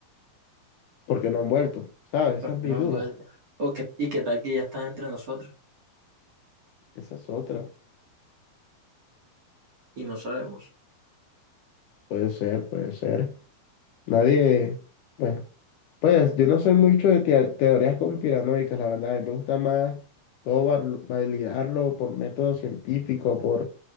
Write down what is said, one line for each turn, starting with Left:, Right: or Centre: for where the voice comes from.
Left: por qué no han vuelto, ¿sabes?
Right: pero
Left: Esa es mi
Right: no
Left: duda,
Right: han vuelto. O que- y que tal que ya están entre nosotros
Left: esa es otra.
Right: y no sabemos.
Left: Puede ser, puede ser. Nadie, bueno, pues yo no soy mucho de teo- teorías conspiranoicas, la verdad, y me gusta más todo val- validarlo por método científico, por,